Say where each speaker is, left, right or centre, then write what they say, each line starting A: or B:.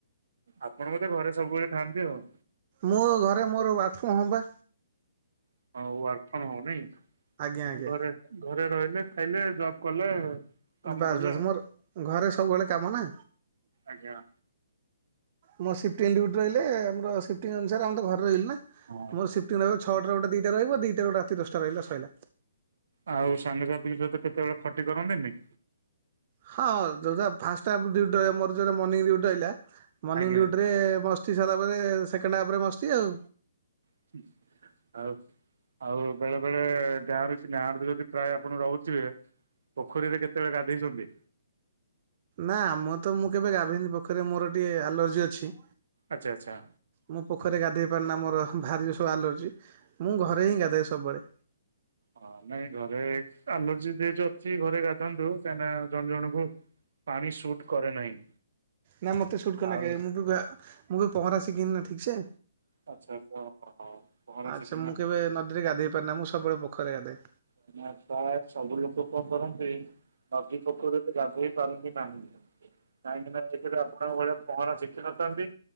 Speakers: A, on the right (about 70°); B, on the right (about 40°).
A: ଆପଣ ଘରେ ସବୁବେଳେ ଖାଆନ୍ତି ଆଉ।
B: ମୋ ଘରେ ମୋର ୱାକ୍---ହୋମ୍ ପା।
A: <inaudible>
B: ଆଜ୍ଞା ଆଜ୍ଞା
A: କାମ
B: ବାସ୍
A: କଲେ
B: ବାସ୍ ମୋର୍ ଘରେ ସବୁବଳେ କାମ ନା।
A: ଆଜ୍ଞା।
B: ଆମ--ସିପ୍ଟିଙ୍ଗ୍ ଡ୍ୟୁଟି ରହିଲେ, ଆମର ସିପ୍ଟିଙ୍ଗ୍ ଅନୁସାରେ ଆ-ତ ଘରେ ରହିଲୁ ନା।
A: ହଁ!
B: ମୋ- ସିପ୍ଟିଙ୍ଗ୍ ରହିବ ଛଅ ଟା ଗୋଟେ ଦିଇଟା ରହିବ, ଦିଇଟା ରୁ ରାତି ଦଶଟା ରହିଲା ସଇଲା।
A: ଆଉ ସାଙ୍ଗସାଥିଙ୍କ ସହିତ କେତେବେଳେ ଖଟି କରନ୍ତିନି?
B: ହଁ! ଫାର୍ଷ୍ଟହାଫ୍ ରୁ ଡ୍ୟୁଟି ରହିବ, ମୋର ଯେବେ ମର୍ନିଙ୍ଗ୍ ଡ୍ୟୁଟି ରହିଲା। ମର୍ନିଙ୍ଗ୍
A: ଆଜ୍ଞା
B: ଡ୍ୟୁଟି ରେ ମୋ ମସ୍ତି ପରେ ସେକେଣ୍ଡେ ହାପ୍ ରେ ମସ୍ତି ଆଉ।
A: <inaudible> ଆଉ ବେଳେ ବେଳେ ଗାଁରେ ସିନା ପ୍ରାୟେ ଆପଣ ରହୁଥିବେ। ପୋଖରୀ ରେ କେତେବେଳେ ଗାଧୋଇଚନ୍ତି?
B: ନା, ଆମ--ତ ମୁଁ କେବେ ଗାଧେଇନି ପୋଖରୀ ରେ ମୋର ଟିକେ ଆଲର୍ଜି ଅଛି।
A: ଆଚ୍ଛା ଆଚ୍ଛା।
B: ମୁଁ ପୋଖୀରୀ ରେ ଗାଧଇ ପାରେନା ମୋର ଭାରି ଆଲର୍ଜି, ମୁଁ ଘରେ ହିଁ ଗାଧାଏ ସବୁବଳେ।
A: ହଁ! ନାଇଁ ଘରେ ଆଲର୍ଜି ଅଛି ଘରେ ଗାଧନ୍ତୁ। କାହିଁନା ଜଣ୍ ଜଣଙ୍କୁ ପାଣି ସୁଟ୍ କରେ ନାହିଁ।
B: ନା ମତେ ସୁଟ୍
A: ଆଉ
B: ମୁଁ ବି---ମୁଁ ବି ପହଁରା ଶିଖିନି ନା ଠିକ୍ ସେ।
A: <inaudible>
B: ଆଚ୍ଛା ମୁଁ କେବେ ନଦୀରେ ଗାଧଇ ପାରେନା, ମୁଁ ସବୁବଳେ ପୋଖରୀ ରେ ଗାଧାଏ।
A: <inaudible> ନଦୀ, ପୋଖରୀ ରେ ଗାଧେଇ ପାରନ୍ତି ନାହିଁ। କାହିଁକି ନା ଏକେ ରେ ଆପଣଙ୍କ ଭଳିଆ ପହଁରା ଶିଖିି ନଥାନ୍ତି।